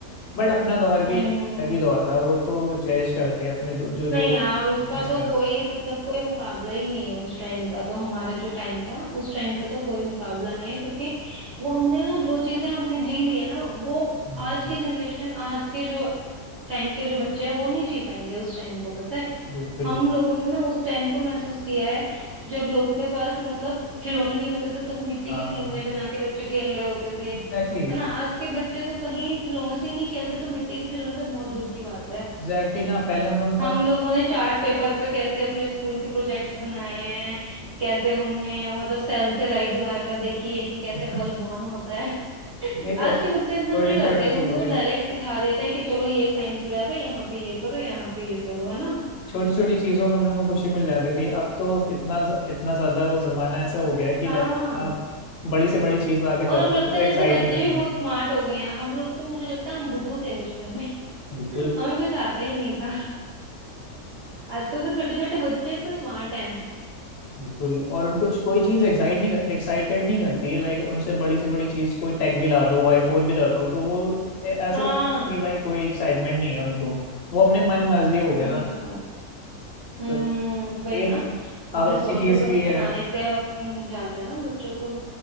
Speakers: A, on the left (about 55°); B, on the right (about 55°).
A: बट अपना दौर भी
B: हम्म
A: एक अलग ही दौर था वो तो चेरिश करते हैं अपने दो, जो दोस्त
B: नहीं यार उसका
A: Yes,
B: तो
A: sir.
B: कोई मतलब कोई मुकाबला ही नहीं है उस टाइम का तो हमारा जो टाइम था उस टाइम का तो कोई मुकाबला नहीं है क्योंकि वो हमने ना जो चीजें हमने जी ली है ना वो
A: हम्म,
B: आज की जनरेशन आज के जो टाइम के जो बच्चे हैं वो नहीं जी पाएंगे उस टाइम को पता है
A: बिल्कुल
B: हम
A: बिल्कुल
B: लोगों ने ना उस टाइम को महसूस किया है जब लोगों के पास मतलब खिलौने नहीं होते थे तो वो मिट्टी
A: हाँ
B: के खिलौने बना के बच्चे खेल रहे होते थे
A: एग्जैक्टली
B: है ना आज के बच्चे तो कहीं खिलौनों से ही नहीं खेलते तो मिट्टी के खिलौने तो बहुत दूर की बात है
A: एग्जैक्टली ना पहले हम लोग के
B: हम
A: पास
B: लोगों ने चार्ट पेपर पे कैसे अपने स्कूल के प्रोजेक्ट्स बनाए हैं कैसे हमने मतलब सेल से लाइट जलाकर देखी है कि कैसे
A: <laughs>
B: बल्ब ऑन होता है <laughs>
A: नहीं तो
B: आज
A: छोटी
B: के बच्चे इतना नहीं करते
A: छोटी
B: उनको
A: चीजें
B: तो डायरेक्ट दिखा देते हैं कि चलो ये साइंस लैब है यहाँ पे ये करो यहाँ पे ये करो है ना
A: छोटी छोटी चीजों में हम लोगों को खुशी मिल जाती थी अब तो इतना इतना ज्यादा वो जमाना ऐसा हो गया है कि
B: हाँ
A: लाइक आप बड़ी से बड़ी चीज ला के दे
B: और अब
A: दो
B: लगता
A: तो वो
B: है जैसे
A: एक्साइट
B: बच्चे
A: नहीं करती
B: भी बहुत स्मार्ट हो गए हैं हम लोग तो मुझे लगता है हम बुद्धू थे बचपन में
A: बिल्कुल
B: <laughs> हमें कुछ आता ही नहीं था आजकल तो छोटे छोटे बच्चे इतने स्मार्ट हैं
A: बिल्कुल और उनको च- कोई चीज एक्साइट नहीं कर, एक्साइटेड नहीं करती है लाइक उनसे बड़ी से बड़ी चीज कोई टैग भी ला दो आईफोन भी दे दो तो वो ए- ऐसा
B: हाँ
A: लगता है कि भाई कोई एक्साइटमेंट नहीं है उनको वो अपने मन मर्जी हो
B: सही
A: गया अब
B: बात हम्म
A: सब तो
B: वही
A: लेकिन
B: ना अब
A: अब
B: रिसोर्सेज
A: अच्छी चीज
B: आसानी
A: भी है
B: से अब मिल जाते हैं ना बच्चों को